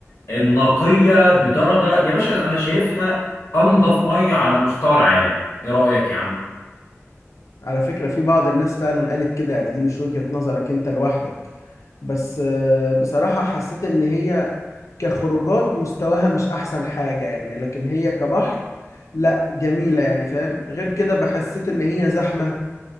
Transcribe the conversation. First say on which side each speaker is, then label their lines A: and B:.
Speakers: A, on the left; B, on the left.
A: النقيه بدرجه يا باشا انا شايفها انضف ميه على مستوى العالم ايه رايك يا عم
B: على فكره في بعض الناس فعلا قالت كده يعني دي مش وجهه نظرك انت لوحدك بس آه، بصراحه حسيت ان هي كخروجات مستواها مش احسن حاجه يعني لكن هي كبحر لا جميله يعني فاهم غير كده بحسيت ان هي زحمه